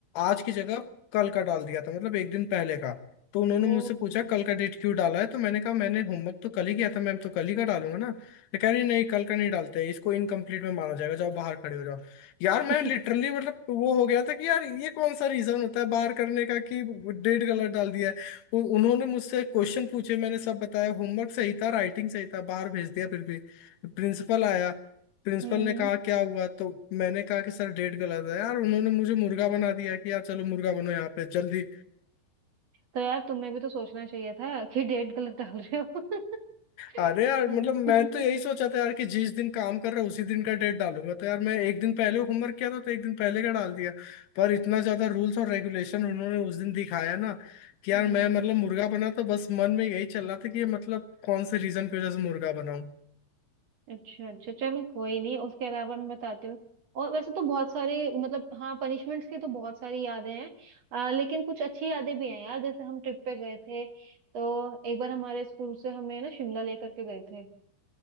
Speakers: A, on the left; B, on the right.
A: आज की जगह कल का डाल दिया था मतलब एक दिन पहले का तो उन्होंने
B: ओ
A: मुझसे पूछा कल का डेट क्यों डाला है तो मैंने कहा मैंने होमवर्क तो कल ही किया था मैम तो कल ही का डालूंगा ना तो कह रही नहीं कल का नहीं डालते इसको इनकम्प्लीट में माना जाएगा जाओ बाहर खड़े हो जाओ यार
B: <laughs>
A: मैं लिटरली
B: हम्म
A: मतलब वो हो गया था कि यार ये कौन सा रीजन होता है बाहर करने का कि डेट गलत डाल दिया है उ- उन्होंने मुझसे क्वेश्चन पूछे मैंने सब बताया होमवर्क सही था राइटिंग सही था बाहर भेज दिया फिर भी प्रिंसिपल आया प्रिंसिपल
B: हम्म।
A: ने कहा क्या हुआ तो मैंने कहा कि सर डेट गलत है यार उन्होंने मुझे मुर्गा बना दिया कि यार चलो मुर्गा बनो यहाँ पे जल्दी
B: तो यार तुम्हें भी तो सोचना चाहिए था कि डेट गलत डाल रहे हो <laughs>
A: अरे यार
B: हाँ।
A: मतलब मैं तो यही
B: <laughs>
A: सोचा था यार कि जिस दिन काम कर रहा उसी दिन का डेट डालूंगा तो यार मैं एक दिन पहले होमवर्क किया था तो एक दिन पहले का डाल दिया पर इतना ज्यादा रूल्स और रेगुलेशन उन्होंने उस दिन दिखाया ना कि यार
B: हम्म
A: मैं मतलब मुर्गा बना तो बस मन में यही चल रहा था कि ये मतलब कौन से रीजन की वजह से मुर्गा बनाऊं
B: अच्छा अच्छा चल कोई नहीं उसके अलावा मैं बताती हूँ और वैसे तो बहुत सारे मतलब हाँ पनिशमेंट्स की तो बहुत सारी यादें हैं आ, लेकिन कुछ अच्छी यादें भी हैं यार जैसे हम ट्रिप पे गए थे तो एक बार हमारे स्कूल से हमें ना शिमला लेकर के गए थे